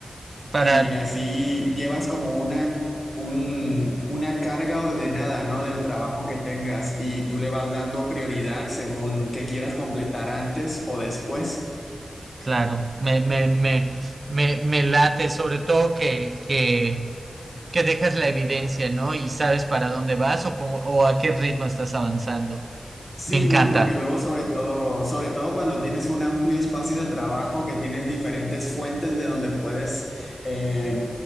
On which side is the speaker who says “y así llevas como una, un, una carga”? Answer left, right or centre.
Left